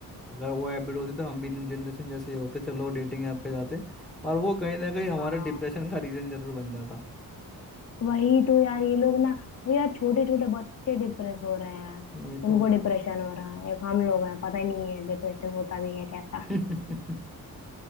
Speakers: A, in the centre; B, on the left.
A: अगर वो हैबिट होती तो हम भी न्यू जनरेशन जैसे ही होते चलो डेटिंग ऐप पे जाते और वो कहीं ना कहीं हमारे
B: हाँ
A: डिप्रेशन का रीजन जरूर बन जाता
B: वही तो यार ये लोग ना वो यार छोटे छोटे बच्चे डिप्रेस हो रहे हैं
A: वही तो
B: उनको डिप्रेशन हो रहा है एक हम लोग हैं पता ही नहीं है डिप्रेशन होता भी है कैसा
A: <laughs>